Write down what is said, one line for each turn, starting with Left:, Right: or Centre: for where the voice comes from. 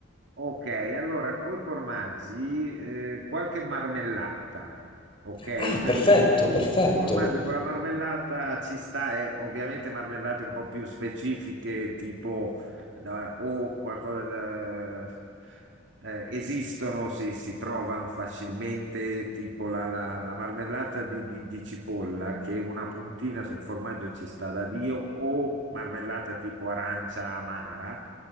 Right: Ok, allora con i formaggi eh, qualche marmellata, ok?
Left: Ah,
Right: Perché
Left: perfetto, perfetto.
Right: il formaggio con la marmellata ci sta, e ovviamente marmellate un po' più specifiche, tipo da- o qualcosa da... eh, esistono, si, si trovano facilmente, tipo la, la- la marmellata di, di- di cipolla, che una puntina sul formaggio ci sta da Dio, o marmellata tipo arancia amara